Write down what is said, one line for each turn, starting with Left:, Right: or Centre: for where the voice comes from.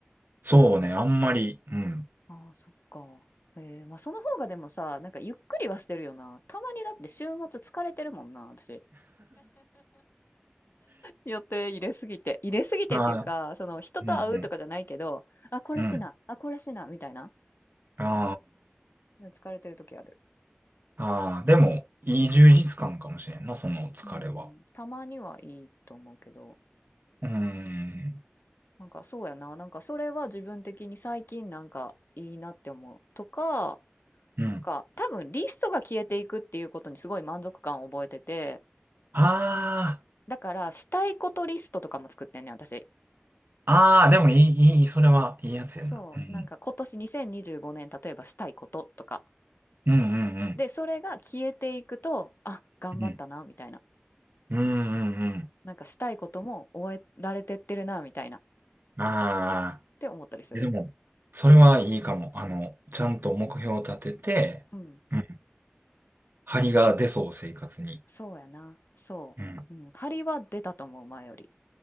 Right: そうね、あんまり。うん。
Left: ああ、そっか。へえ、まあその方がでもさ、なんかゆっくりはしてるよな。たまにだって週末疲れてるもんな、私。予定入れすぎて。入れすぎてっていうか、
Right: あ
Left: その人と会うとかじゃないけど、
Right: ーうん
Left: あ、これしな、
Right: うん。うん。
Left: あ、これしな、みたいな。
Right: あ
Left: 疲れてる時ある。
Right: あ。ああ。でも、いい充実感かもしれんな、その疲れは。
Left: うん、たまにはいいと思うけど、
Right: うん。
Left: なんかそうやな、なんかそれは自分的に最近なんかいいなって思うとか、
Right: うん。
Left: なんか多分リストが消えていくっていうことにすごい満足感を覚えてて、
Right: あ
Left: だからしたいことリストとかも作ってんねん、私。
Right: あ。ああ、でもいい、いい、それはいいやつやんな。
Left: そう、
Right: うん。
Left: なんか今年2025年例えばしたいこととか。
Right: うんうん
Left: で、それが消えていくと、あ、頑張ったな、
Right: うん。うん。
Left: みたいな。
Right: うんうんうん。
Left: なんかしたいことも終えられてってるな、みたいなっ
Right: ああ
Left: て思ったりする。
Right: えでも、それはいいかも。あの、ちゃんと目標を立てて、
Left: うん。
Right: うん。張りが出そう、生活に。
Left: そうやな。そう。
Right: うん。
Left: うん。張りは出たと思う、前より。